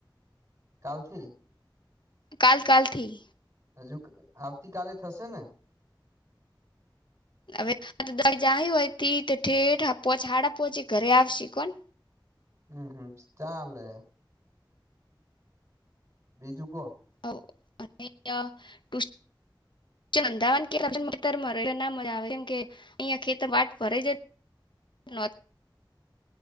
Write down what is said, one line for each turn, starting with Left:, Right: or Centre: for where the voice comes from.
Right: કાલથી
Left: કાલ કાલથી
Right: હજુ ક આવતી કાલે થશે ને
Left: હવે દ જાય હોય ઠેઠ હાડા પોચે ઘરે આવશે કોણ
Right: હમમ હમમ ચાલે બીજું કો.
Left: <inaudible> રનધાવા તરરે ના મજા આવે કેમ કે અહિયાં ખેતર વાટ ભરાય જાય નો